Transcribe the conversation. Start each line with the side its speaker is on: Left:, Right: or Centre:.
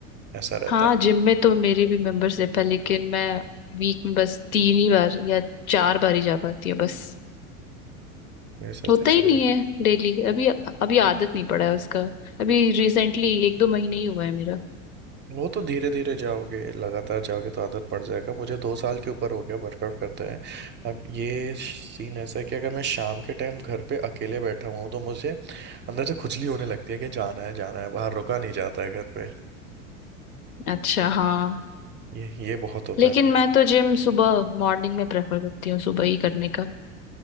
Right: ऐसा रहता
Left: हाँ
Right: है
Left: जिम में तो मेरी भी मेंबरशिप है लेकिन मैं वीक में बस तीन ही बार या चार बार ही जा पाती हूँ बस
Right: मेरे साथ
Left: होता
Right: ऐसा
Left: ही नहीं
Right: है
Left: है डेली अभी अभी आदत नहीं पड़ा है उसका अभी रिसेंटली एक दो महीने ही हुआ है मेरा
Right: वो तो धीरे धीरे जाओगे लगातार जाओगे तो आदत पड़ जाएगा मुझे दो साल के ऊपर हो गया वर्कआउट करते हैं अब ये सीन ऐसा है कि अगर मैं शाम के टाइम घर पे अकेले बैठा हुआ हूँ तो मुझे अंदर से खुजली होने लगती है कि जाना है जाना है बाहर रुका नहीं जाता है घर पे
Left: अच्छा हाँ
Right: ये ये बहुत होता
Left: लेकिन
Right: है मेरे
Left: मैं
Right: से
Left: तो जिम सुबह मॉर्निंग में प्रेफर करती हूँ सुबह ही करने का